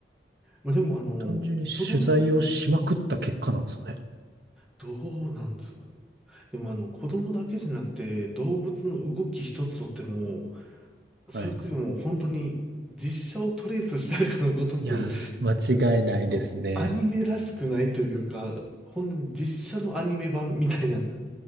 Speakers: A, in the centre; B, on the right (about 60°).
A: まあ、でもあの、
B: 単純に取材をしまくった結果なんですかね。
A: 子供、どうなんですかねでもあの、子供だけじゃなくて、動物の動き一つとっても、すごいもう本当に実写をトレースしたかのごとく、
B: はい。いやー、間違いないですね。
A: こう、アニメらしくないというか、本当に実写のアニメ版みたいな。